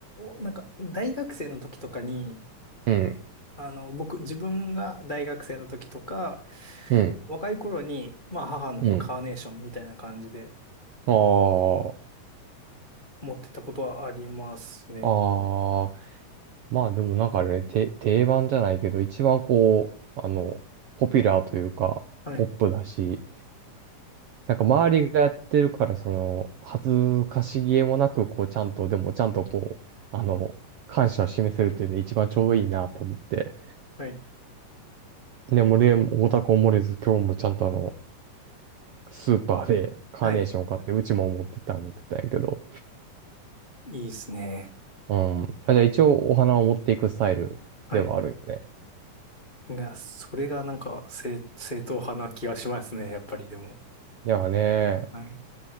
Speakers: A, on the left; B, on the right.
A: ーなんか、大学生の時とかに、
B: うん、
A: あの、僕、自分が大学生の時とか、
B: うん、
A: 若い頃に、まあ、母の日、
B: うん。
A: カーネーションみたいな感じで
B: あ
A: 思ってたことはありますね。
B: あ、ああ、まあでもなんかあれね、て定番じゃないけど、一番こう、あの、ポピュラーというか、
A: はい。
B: ポップだし、なんか周りがやってるから、その、恥ずかしげもなく、こう、ちゃんと、でもちゃんとこう、あの、感謝を示せるっていうのが一番ちょうどいいなと思って。
A: はい。
B: でもね、俺オタクも漏れず、今日もちゃんとあの、スーパーでカーネーション買って、
A: はい。
B: うちも持ってったら持ってったんやけど。
A: いいですね。
B: うん。あ、じゃあ一応お花を持っていくスタイルではあるよね。
A: はい。が、それがなんか、正、正統派な気がしますね、やっぱりでも。
B: いやね、
A: はい。